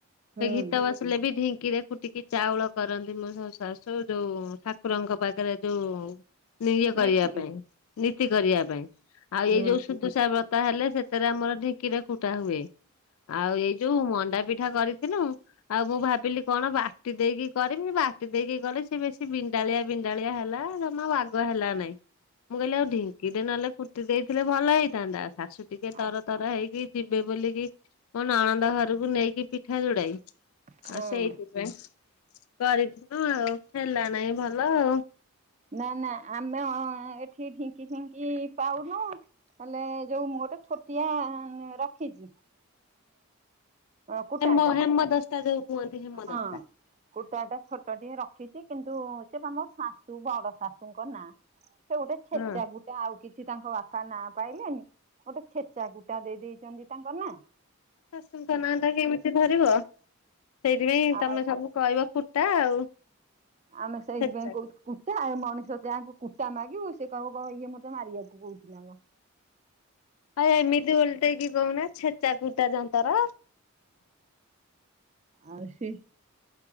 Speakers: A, on the right; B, on the left.
A: ହୁଁ
B: ସେ ଗୀତ ବସିଲେ ବି ଢିି କିିରେ କୁଟିକି ଚାଉଳ କରନ୍ତି ମୋ ଶ ଶାଶୁ ଯୋଉ ଠାକୁରଙ୍କ ପାଖରେ ଯୋଉ ନିଇଏ
A: ନୀତି
B: କରିବା ପାଇଁ ନୀତି କରିବା ପାଇଁ ଆଉ
A: ହଁ
B: ଏଇ ଯୋଉ ସୁଦୁଷା ବ୍ରତା ହେଲେ ସେଥିରେ ଆମର ଢେଙ୍କିରେ କୁଟା ହୁଏ ଆଉ ଏଇ ଯୋଉ ମଣ୍ଡା ପିଠା କରିଥିଲୁ ଆଉ ମୁଁ ଭାବିଲି କଣ ବା ବାଟି ଦେଇକି କରିମି ବାଟି ଦେଇକି କଲି ସେ ବେଶୀ ବିଣ୍ଡାଳିଆ ବିଣ୍ଡାଳିଆ ହେଲା ଜମା ବାଗ ହେଲା ନାଇଁ ମୁଁ କହିଲି ଆଉ ଢଙ୍କି ଟେ ନେଲେ କୁଟି ଦେଇଥିଲେ ଭଲ ହେଇଥାନ୍ତା ଶାଶୁ ଟିକେ
A: ହଁ
B: ତର ତର ହେଇକି ଯିବେ ବୋଲିକି ମୋ ନଣନ୍ଦ ଘରକୁ ନେଇକି ପିଠା ଯୋଡଏ
A: ହୁଁ
B: ଆଉ ସେଇଥିପାଇଁ କରିଥିଲୁ ଆଉ ହେଲା ନାାଇଁ ଭଲ ଆଉ
A: ନା ନା ଆମେ ଏଠି ଢିଙ୍କି ଫିଙ୍କି ପାଉନୁ ହେଲେ ଯୋଉ ଗୋଟେ ଛୋଟିଆ ରଖିଛି କୁଟା
B: ହେମ
A: ଟା
B: ହେମଦସ୍ତା ଯୋଉ କୁହନ୍ତି ହେମଦସ୍ତା।
A: ହଁ କୁଟା ଟା ଛୋଟ ଟିକେ ରଖିଛି କିନ୍ତୁ ସେ ବା ମୋ ଶାଶୁ ବଡ ଶାଶୁଙ୍କ ନାଁ ସେ ଗୋଟେ ଛେଚା
B: ହଁ।
A: ଗୁଟେ ଆଉ କିଛି ତାଙ୍କ ବାପା ନାଁ ପାଇଲେନି ଗୋଟେ ଛେଚା କୁଟା ଦେଇ ଦେଇଦେଇଛନ୍ତି ତାଙ୍କ ନା
B: ଶାଶୁଙ୍କ ନାଁ ଟା କେମିତି ଧରିବ ସେଇଥିପାଇଁ
A: ଆଉ
B: ତମେ ସବୁ କହିବ ପ ଟ ଆଉ
A: ଆମେ ସେଇଥିପାଇଁ
B: ଛେଚା
A: କହୁଛ କୁଟେ ଆ ମଣିଷ ସତେ ଆଙ୍କୁ କୁଟା ମାଗିବୁ ସେ କହିବ କ ଇଏ ମତେ ମାରିବାକୁ କହୁଛି ନା ଆ
B: ଆଉ ଏମିତି ଓଲଟେଇକି କହୁନା ଛେଚା କୁଟା ଯନ୍ତର
A: ଆଉ ସେ